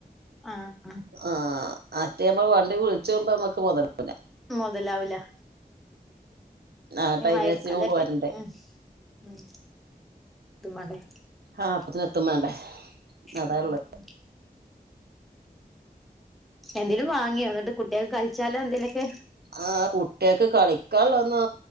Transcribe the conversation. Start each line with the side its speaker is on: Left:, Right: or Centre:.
Centre: ആഹ് ആഹ്
Right: ആഹ് അറ്റേമ്മള് വണ്ടി വിളിച്ചോഉമ്പ മ്മക്ക് മൊതലാഉല
Centre: മൊതലാവ് ല
Right: ആ
Centre: ഞ്ഞി
Right: ടൈമിനനുസരിച്ച്
Centre: മയക്കലക്കെ
Right: നമ്മള് പോരണ്ടേ
Centre: ഉം ഉം <unintelligible>
Right: ആ അപ്പത്തിന് എത്തും വേണ്ടേ അതാള്ളത്
Centre: ഉം ഉം എന്തേലും വാങ്ങിയോ ന്നട്ട് കുട്ട്യേക് കളിച്ചാലോ എന്തേലൊക്കെ
Right: ആഹ് കുട്ട്യേക്ക് കളിക്കാൻള്ളന്ന്